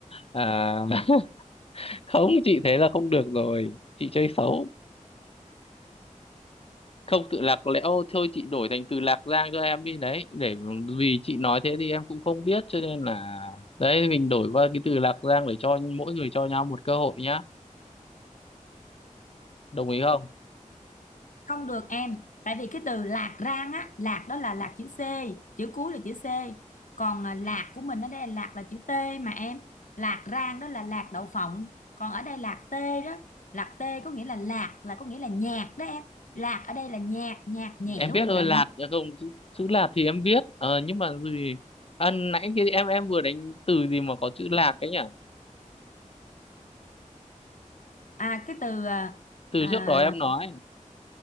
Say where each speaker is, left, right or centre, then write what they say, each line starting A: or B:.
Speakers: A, on the left; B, on the left.
A: à, <laughs> không chị thế là không được rồi. Chị chơi xấu. không tự lạc lẽo thôi chị đổi thành từ Lạc Giang cho em đi đấy để vì chị nói thế thì em cũng không biết cho nên là đấy mình đổi qua cái từ Lạc Giang để cho mỗi người cho nhau một cơ hội nhá đồng ý không
B: không được em tại vì cái từ lạc rang á lạc đó là lạc chữ C chữ cuối là chữ C còn à, lạc của mình ở đây là lạc là chữ T mà em lạc rang đó là lạc đậu phộng còn ở đây lạc T đó lạc T có nghĩa là lạc là có nghĩa là nhạc đó em lạc ở đây là nhạc nhạt nhẽo
A: em biết rồi
B: là
A: Lạt
B: lạc
A: à không chữ, chữ Lạt thì em biết ờ, nhưng mà gì à, nãy cái em em vừa đánh từ gì mà có chữ Lạc ấy nhỉ
B: à cái từ à,
A: từ
B: à,
A: trước đó em nói